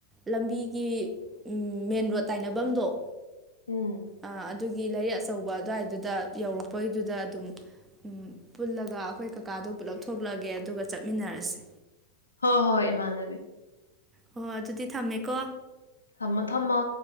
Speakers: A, on the right (about 15°); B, on the left (about 75°).
A: ꯂꯝꯕꯤꯒꯤ ꯎꯝ ꯃꯦꯟ ꯔꯣꯗ ꯇꯥꯏꯅꯕꯝꯗꯣ
B: ꯎꯝ
A: ꯑ ꯑꯗꯨꯒꯤ ꯂꯩꯔꯛ ꯑꯆꯧꯕ ꯑꯗꯨꯋꯥꯏꯗꯨꯗ ꯌꯧꯔꯛꯄꯩꯗꯨꯗ ꯑꯗꯨꯝ ꯎꯝ ꯄꯨꯜꯂꯒ ꯑꯩꯈꯣꯏ ꯀꯀꯥꯗꯣ ꯄꯨꯂꯞ ꯊꯣꯛꯂꯒꯦ ꯑꯗꯨꯒ ꯆꯠꯃꯤꯟꯅꯔꯁꯦ
B: ꯍꯣꯏ ꯍꯣꯏ ꯏꯃꯥꯟꯅꯕꯤ
A: <unintelligible> ꯑꯗꯨꯗꯤ ꯊꯝꯃꯦꯀꯣ
B: ꯊꯝꯃꯣ ꯊꯝꯃꯣ